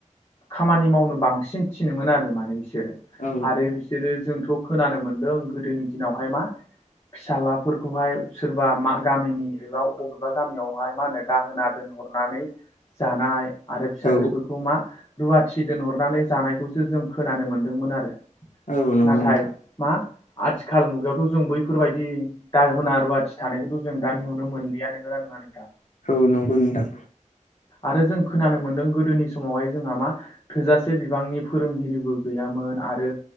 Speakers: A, on the left; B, on the left.
A: खामानि मावनो बांसिन थिनोमोन आरो माने बि बिसोरो
B: औ
A: आरो बिसोरो जोंथ' खोनानो मोनदों गोदोनि दिनावहाय मा फिसाज्लाफोरखौहाय सोरबा मा गामिनि एबा बबेबा गामियावहाय मा होनो दाहोना दोनहरनानै जानाय आरो फिसाजोफोरखौ
B: औ
A: मा रुवाथि दोनहरनानै जानायखौसो जों खोनानो मोनदोंमोन आरो
B: औ नंगौ
A: नाथाय
B: नोंथां
A: मा आथिखाल मुगायावथ' जों बैफोरबायदि दा होना रुवाथि थानायखौथ' जों दा नुनो मोनलिया नोंङा नङा नोंथा
B: औ नंगौ नोंथां
A: आरो जों खोनानो मोनदों गोदोनि समावहाय जोंहा मा थोजासे बिबांनि फोरोंगिरिबो गैयामोन आरो